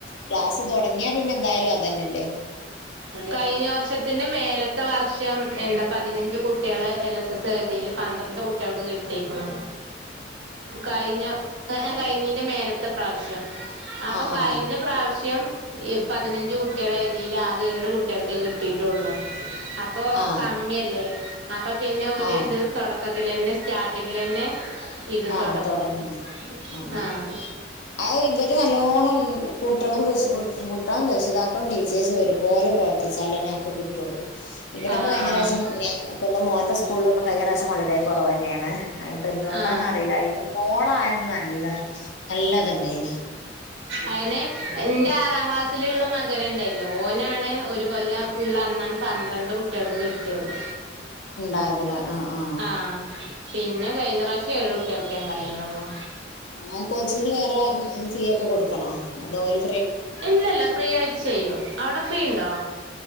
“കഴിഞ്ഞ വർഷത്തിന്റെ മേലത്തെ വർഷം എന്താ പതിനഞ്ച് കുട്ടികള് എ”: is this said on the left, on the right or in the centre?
Right